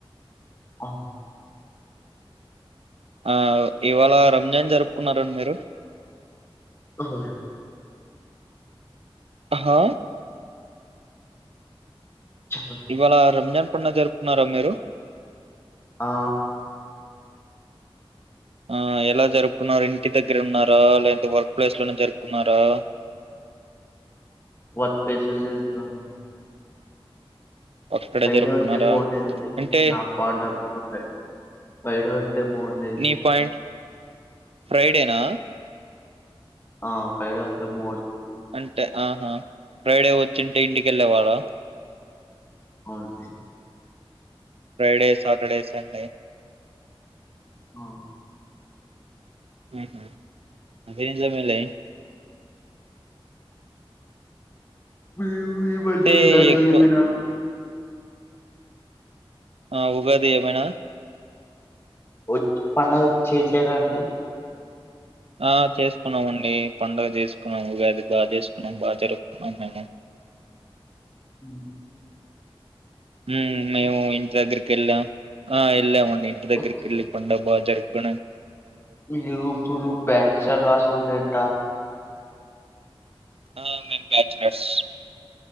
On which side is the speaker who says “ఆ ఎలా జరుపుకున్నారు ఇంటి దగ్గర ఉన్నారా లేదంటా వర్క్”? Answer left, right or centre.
Right